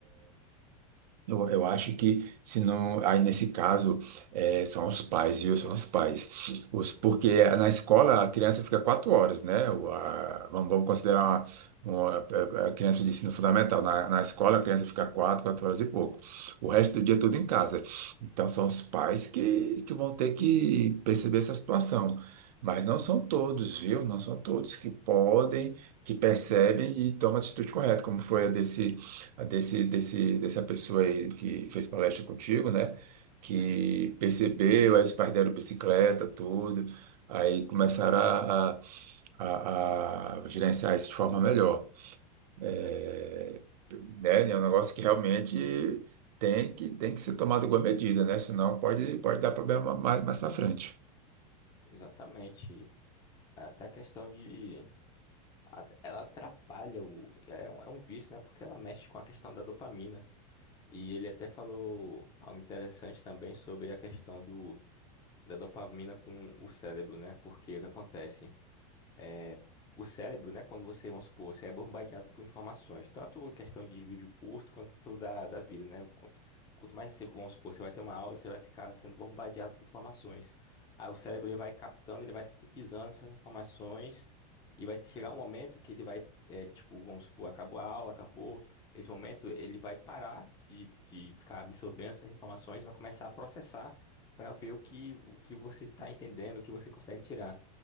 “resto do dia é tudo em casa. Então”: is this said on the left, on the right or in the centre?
Right